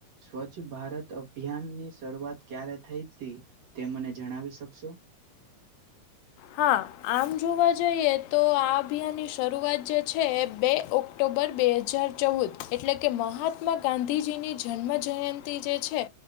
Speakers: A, on the right; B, on the left.
A: સ્વચ્છ ભારત અભિયાન ની શરૂઆત ક્યારે થઈ હતી. તે મને જણાવી શકશો
B: હા આમ જોવા જઈએ તો આ અભિયાનની શરૂઆત જે છે, બે ઓક ઓક્ટોબર બે હજાર ચૌદ એટલે કે મહાત્મા ગાંધીજીની જન્મજયંતિ જે છે.